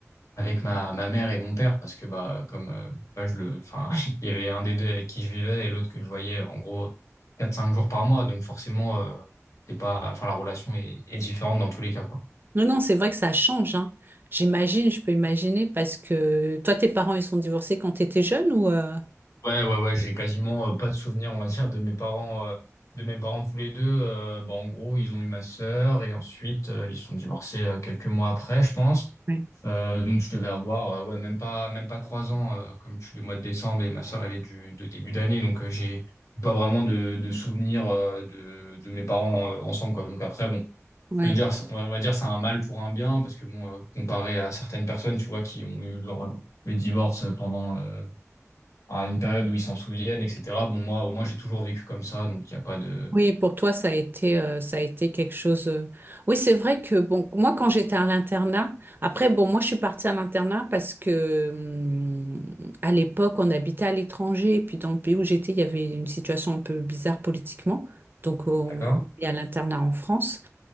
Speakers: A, on the left; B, on the right.
A: avec ma, ma mère et mon père, parce que, bah, comme, euh, bah, je le, enfin, <laughs> il y avait un des deux avec qui je vivais et l'autre que je voyais, en gros, quatre cinq jours par mois, donc forcément, euh, c'est pas, enfin, la relation est, est différente dans tous les cas, quoi.
B: Non, non, c'est vrai que ça change, hein. J'imagine, je peux imaginer, parce que toi, tes parents, ils sont divorcés quand tu étais jeune ou... euh,
A: Ouais, ouais, ouais, j'ai quasiment euh, pas de souvenirs, on va dire, de mes parents, euh, de mes parents tous les deux. Euh, bah, en gros, ils ont eu ma sœur et ensuite euh, ils sont divorcés euh, quelques mois après, je pense.
B: Ouais.
A: Euh, donc je devais avoir, euh, ouais, même pas, même pas trois ans, euh, comme je suis du mois de décembre et ma sœur elle est du de début d'année, donc euh, j'ai pas vraiment de, de souvenirs euh, de, de mes parents euh, ensemble, quoi. Donc après, bon,
B: Ouais.
A: je veux dire, on va on va dire c'est un mal pour un bien parce que bon, euh, comparé à certaines personnes, tu vois, qui ont eu leur le divorce pendant euh, à une période où ils s'en souviennent, etc. Bon, moi, au moins, j'ai toujours vécu comme ça, donc il n'y a pas de...
B: Oui, pour toi, ça a été, euh, ça a été quelque chose. euh, Oui, c'est vrai que bon, moi, quand j'étais à l'internat, après, bon, moi, je suis partie à l'internat parce que hum, à l'époque, on habitait à l'étranger, et puis dans le pays où j'étais, il y avait une situation un peu bizarre politiquement, donc on
A: D'accord?
B: on est à l'internat en France.